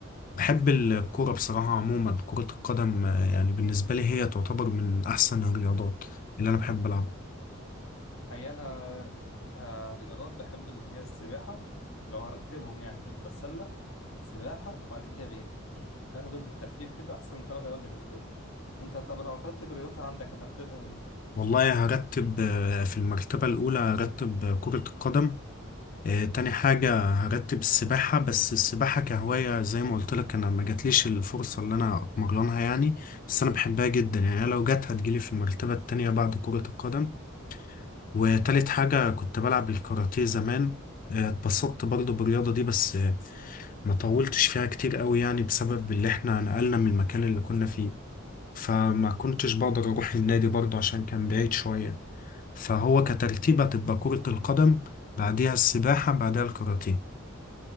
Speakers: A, on the left (about 40°); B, on the left (about 70°).
A: بحب الكورة بصراحة عموما كرة القدم آه، يعني بالنسبة لي هي تعتبر من أحسن الرياضات اللي أنا بحب ألعبها
B: هي انا كرياضات بحب اللي هي السباحة لو هرتبهم يعني تبقى سلة سباحة وبعد كده بينج التلاتة دول بالترتيب كده احسن تلات رياضات بالنسبة لي انت طب لو هترتب رياضتها عندك هترتبها ايه
A: والله هرتب آه، في المرتبة الأولى هرتب آه، كرة القدم آه، تاني حاجة هرتب السباحة بس السباحة كهواية زي ما قلت لك أنا ما جاتليش الفرصة اللي أنا أتمرنها يعني بس أنا بحبها جدا يعني لو جت هتجيلي في المرتبة التانية بعد كرة القدم وتالت حاجة كنت بلعب الكاراتيه زمان آه، اتبسطت برضه بالرياضة دي بس ما طولتش فيها كتير قوي يعني بسبب اللي احنا نقلنا من المكان اللي كنا فيه فما كنتش بقدر اروح النادي برضه عشان كان بعيد شوية فهو كترتيب هتبقى كرة القدم بعديها السباحة بعدها الكاراتيه